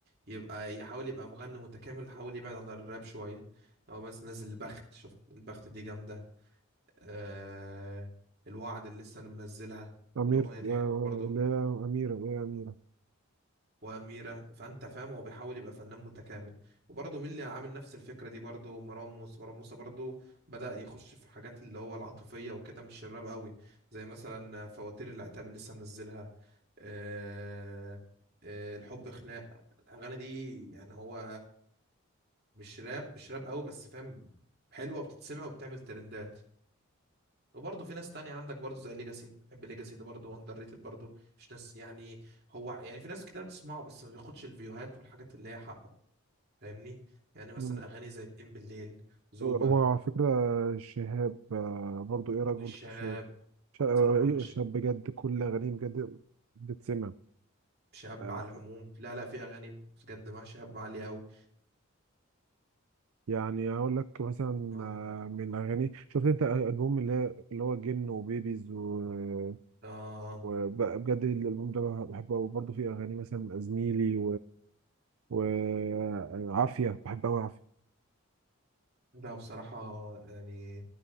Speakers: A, on the right; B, on the right.
A: يبقى يحاول يبقى مغني متكامل يحاول يبعد عن الراب شويه هو بس نزل البخت شفت البخت دي جامده آه الوعد اللي لسه انا منزلها
B: أمير
A: الاغنيه دي حلوه
B: آه،
A: برضو
B: اللي هي أميرة اللي هي أميرة
A: واميره فانت فاهم هو بيحاول يبقى فنان متكامل وبرضه مين اللي عامل نفس الفكره دي برضه مروان موسى مروان موسى برضه بدا يخش في حاجات اللي هو العاطفيه وكده مش الراب قوي زي مثلا فواتير العتاب اللي لسه منزلها آه آه الحب خناق الاغاني دي يعني هو مش راب مش راب قوي بس فاهم حلوه وبتتسمع وبتعمل ترندات وبرضه في ناس تانية عندك برضه زي ليجاسي بحب ليجاسي ده برضه اندر ريتد برضه مش ناس يعني هو يعني في ناس كتير بتسمعه بس ما بياخدش الفيوهات والحاجات اللي هي حقه فاهمني يعني مثلا
B: مم.
A: اغاني زي اتنين بالليل زوبة
B: وعلى فكرة شهاب آه، برضو إيه رأيك
A: والشهاب
B: برضو في شهاب ش- آه،
A: صراحة
B: إيه،
A: من ش-
B: شهاب بجد كل أغانيه بجد بتتسمع
A: شهاب
B: آه،
A: على العموم لا لا في اغاني بجد مع شهاب عالية قوي
B: يعني أقول لك مثلا
A: اه
B: آه، من الأغاني شفت أنت ألبوم اللي هي- اللي هو جن وبيبيز و-
A: آه.
B: وبجد الألبوم ده بحبه وبرضه فيه أغاني مثلا زميلي وعافيه بحب قوي عافيه
A: لا بصراحة يعني